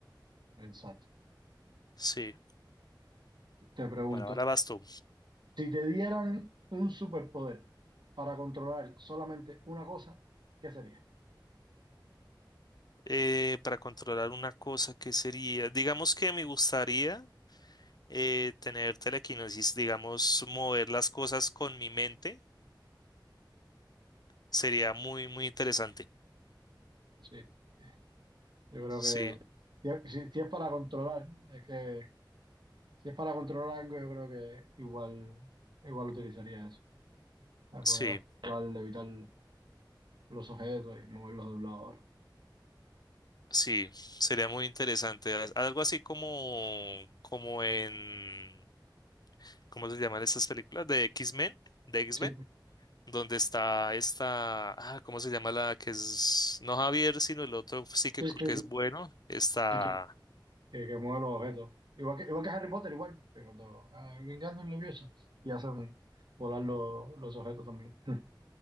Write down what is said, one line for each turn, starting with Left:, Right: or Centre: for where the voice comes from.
Right: Exacto.
Left: Sí,
Right: Te pregunto,
Left: bueno, ahora vas tú.
Right: Si te dieran un superpoder para controlar solamente una cosa, ¿qué sería?
Left: Eh, para controlar una cosa que sería, digamos que me gustaría eh, tener telequinesis, digamos, mover las cosas con mi mente. Sería muy, muy interesante.
Right: Sí, sí. yo creo
Left: Sí,
Right: que si, si- si es para controlar, es que si es para controlar algo, yo creo que igual, igual utilizaría eso, para
Left: sí,
Right: poder controlar, evitar los objetos y moverlos de un lado a otro.
Left: sí, sería muy interesante. Al- Algo así como, como en, ¿cómo se llaman estas películas? De X-Men, de X-Men,
Right: Sí,
Left: donde está esta, ah, ¿cómo se llama la que es, no Javier, sino el otro psíquico
Right: sí, sí,
Left: que es bueno? Está,
Right: sí, sí. Que, que mueve los objetos. Igual que, igual que Harry Potter, igual, que cuando ah, vengando un levioso y hacen volar los los objetos también. <laughs>